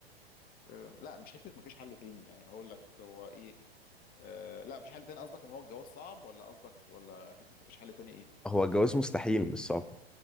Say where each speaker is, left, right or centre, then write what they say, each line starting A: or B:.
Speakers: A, on the left; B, in the centre.
A: آه، لا مش حته ما فيش حل تاني يعني هقول لك هو ايه آه، لا مفيش حل تاني قصدك ان هو الجواز صعب ولا قصدك ولا حته ما فيش حل تاني ايه
B: هو الجواز مستحيل مش صعب